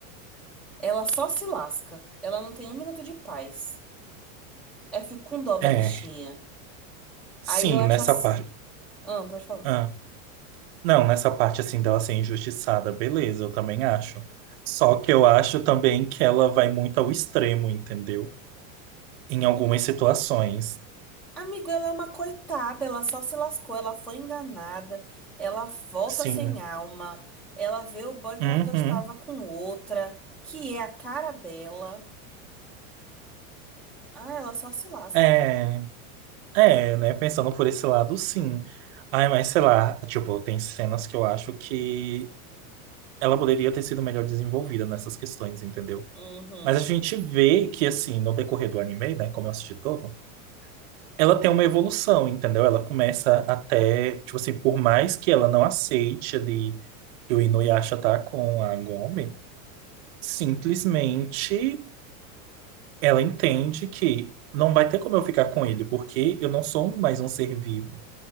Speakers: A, in the centre; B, on the right (about 45°).
A: Ela só se lasca. Ela não tem um minuto de paz. Eu fico com dó da
B: É,
A: bichinha.
B: sim,
A: Aí eu acho
B: nessa
A: assim.
B: parte.
A: Ah, pode falar.
B: Ah, não, nessa parte assim dela ser injustiçada, beleza, eu também acho. Só que eu acho também que ela vai muito ao extremo, entendeu? Em algumas situações.
A: Amigo, ela é uma coitada, ela só se lascou, ela foi enganada, ela volta
B: Sim.
A: sem alma, ela vê o boy que
B: Uhum.
A: ela gostava com outra, que é a cara dela. Ah, ela só se lasca.
B: É. É, né? Pensando por esse lado, sim. Ai, mas sei lá, tipo, tem cenas que eu acho que ela poderia ter sido melhor desenvolvida nessas questões, entendeu?
A: Uhum,
B: Mas a gente vê que, assim, no decorrer do anime, né, como eu assisti todo, ela tem uma evolução, entendeu? Ela começa até, tipo assim, por mais que ela não aceite ali que o Inuyasha tá com a Gome, simplesmente ela entende que não vai ter como eu ficar com ele, porque eu não sou mais um ser vivo,